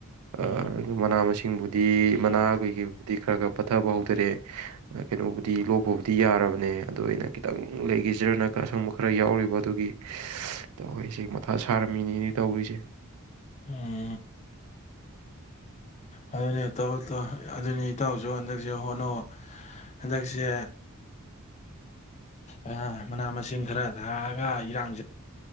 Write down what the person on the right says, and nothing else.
ꯑꯗꯨ
ꯃꯅꯥ ꯃꯁꯤꯡꯕꯨꯗꯤ ꯃꯅꯥ ꯀꯩ ꯀꯩꯕꯨꯗꯤ ꯈꯔ ꯈꯔ ꯄꯠꯊꯕ ꯍꯧꯗꯔꯛꯑꯦ ꯀꯩꯅꯣꯕꯨꯗꯤ ꯂꯣꯛꯄꯕꯨꯗꯤ ꯌꯥꯔꯕꯅꯦ ꯑꯗꯣ ꯑꯩꯅ ꯈꯤꯇꯪ ꯂꯩꯈꯤꯁꯤꯔꯥ ꯅꯠꯇ꯭ꯔꯒ ꯑꯁꯪꯕ ꯈꯔ ꯌꯥꯎꯔꯤꯕ ꯑꯗꯨꯒꯤ ꯇꯧꯁꯦ ꯃꯊꯥ ꯁꯥꯔꯝꯃꯤꯅꯤꯅꯦ ꯇꯧꯔꯤꯁꯦ